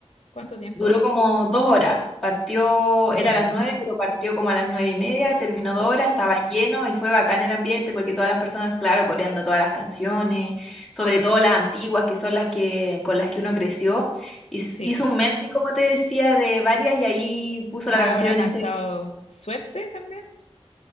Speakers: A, on the left; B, in the centre.
A: ¿Cuánto tiempo?
B: Duró como dos horas. Partió,
A: Bueno.
B: era a las nueve, pero partió como a las nueve y media, terminó dos
A: Uh,
B: horas, estaba lleno y fue bacán el ambiente porque todas las personas, claro, coreando todas las canciones, sobre todo las antiguas, que son las que, con las que uno creció. Hiz-
A: sí,
B: Hizo
A: pues.
B: un medley, como te decía, de varias y ahí puso la
A: Ah,
B: canción
A: habrá cantado
B: este
A: Suerte también.